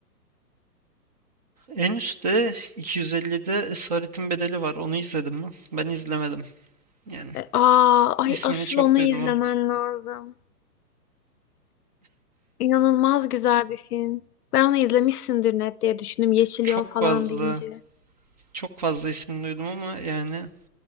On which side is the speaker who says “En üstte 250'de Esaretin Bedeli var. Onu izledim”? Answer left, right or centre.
Right